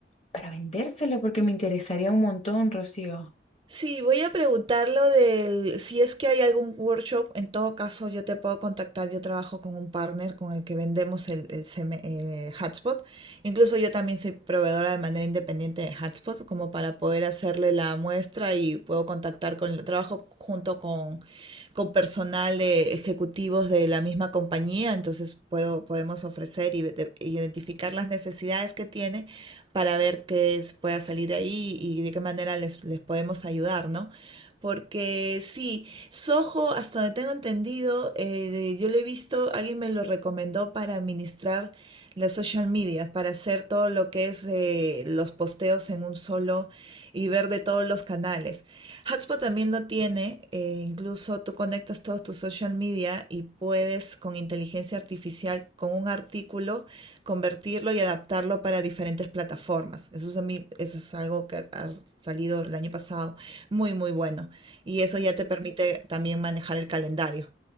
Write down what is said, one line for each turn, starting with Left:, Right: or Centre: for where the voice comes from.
Left: para vendérselo, porque me interesaría un montón, Rocío.
Right: Sí, voy a preguntar lo del, si es que hay algún workshop, en todo caso yo te puedo contactar, yo trabajo con un partner con el que vendemos el, el seme- eh, hotspot, incluso yo también soy proveedora de manera independiente de hotspot, como para poder hacerle la muestra y puedo contactar con, trabajo junto con, con personal de ejecutivos de la misma compañía, entonces puedo, podemos ofrecer y ve- de- identificar las necesidades que tiene para ver qué es- pueda salir ahí y de qué manera les, les podemos ayudar, ¿no? Porque sí, Soho, hasta donde tengo entendido, eh, de- yo lo he visto, alguien me lo recomendó para administrar las social media, para hacer todo lo que es eh, los posteos en un solo y ver de todos los canales. Hotspot también lo tiene, eh, incluso tú conectas todos tus social media y puedes con inteligencia artificial, con un artículo, convertirlo y adaptarlo para diferentes plataformas. Eso es, a mí, eso es algo que ha salido el año pasado, muy, muy bueno. Y eso ya te permite también manejar el calendario.